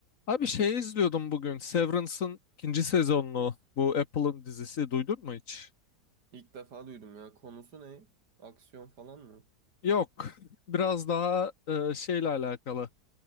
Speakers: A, on the left (about 55°); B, on the right (about 75°).
A: Abi şey izliyordum bugün. Severance'ın ikinci sezonunu. Bu Apple'ın dizisi duydun mu hiç?
B: İlk defa duydum ya. Konusu ne? Aksiyon falan mı?
A: Yok. Biraz daha e, şeyle alakalı.